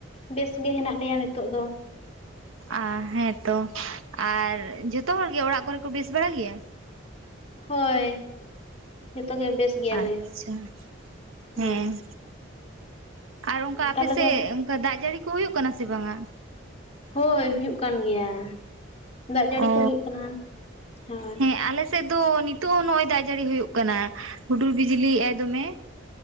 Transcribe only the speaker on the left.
ᱵᱮᱥ ᱜᱮ ᱦᱮᱱᱟᱜ ᱞᱮᱭᱟ ᱱᱤᱛᱚᱜ ᱫᱚ
ᱦᱳᱭ ᱡᱚᱛᱚᱜᱮ ᱵᱮᱥ ᱜᱮᱭᱟᱞᱮ
ᱦᱳᱭ
ᱛᱟᱦᱚᱞᱮ ᱫᱚ
ᱦᱳᱭ ᱦᱩᱭᱩᱜ ᱠᱟᱱ ᱜᱮᱭᱟ ᱫᱟᱜ ᱡᱟᱹᱲᱤ
ᱠᱚ ᱦᱩᱭᱩᱜ ᱠᱟᱱᱟ ᱦᱳᱭ